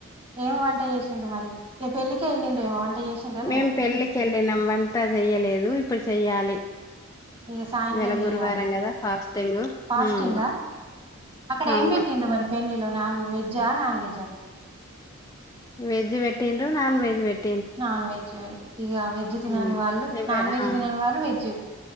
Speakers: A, on the right; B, on the left.
A: ఏమి వంట చేసిండ్రి మరి ఏ పెళ్ళికే వెళ్ళిండ ఏమ వంట చేసిండ్రా
B: మేం
A: లేదా?
B: పెళ్ళికి వెళ్ళినం వంతా చెయలేదు ఇప్పుడు చెయ్యాలి
A: ఇక సాయంత్రం
B: ఇవాళ
A: చెయాలే
B: గురువారం కదా ఫాస్టింగ్
A: ఫాస్టింగ్
B: ఉమ్,
A: అక్కడ ఏం
B: అవును
A: పెట్టిండ్ర మరి పెళ్లిలా నాన్ వెజ్ ఆ నాన్ వెజ్ ఆ
B: వెజ్ పెట్టిర్రు నాన్ వెజ్ పెట్టిన్రు
A: నాన్ వెజ్ ఇక వెజ్ తినని
B: ఉమ్,
A: వాళ్ళు
B: ఇవ
A: నాన్ వెజ్
B: ఆ
A: తినని వాళ్ళు వెజ్